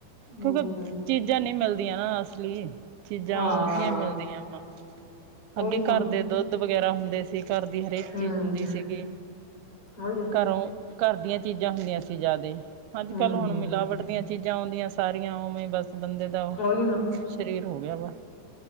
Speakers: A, on the left; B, on the right.
A: ਹਮ
B: ਕਿਉਂਕਿ ਚੀਜ਼ਾਂ ਨਹੀਂ ਮਿਲਦੀਆਂ ਨਾ ਅਸਲੀ ਚੀਜ਼ਾਂ
A: ਹਾਂ
B: ਉਹ ਜਿਹੀਆਂ ਮਿਲਦੀਆਂ ਵਾ ਅੱਗੇ
A: ਉਹੀ ਨਾ
B: ਘਰ ਦੇ ਦੁੱਧ ਵਗੈਰਾ ਹੁੰਦੇ ਸੀ ਘਰ ਦੀ ਹਰੇਕ
A: ਹਮ
B: ਚੀਜ਼ ਹੁੰਦੀ ਸੀਗੀ
A: ਉਹੀ ਨਾ
B: ਘਰੋਂ ਘਰ ਦੀਆਂ ਚੀਜ਼ਾਂ ਹੁੰਦੀਆਂ ਸੀ ਜ਼ਿਆਦੇ ਅੱਜ
A: ਹਮ
B: ਕੱਲ ਹੁਣ ਮਿਲਾਵਟ ਦੀਆਂ ਚੀਜ਼ਾਂ ਆਉਂਦੀਆਂ ਸਾਰੀਆਂ ਉਵੇਂ ਬਸ ਬੰਦੇ ਦਾ ਉਹ
A: ਉਹੀ ਨਾ
B: ਸਰੀਰ ਹੋ ਗਿਆ ਵਾ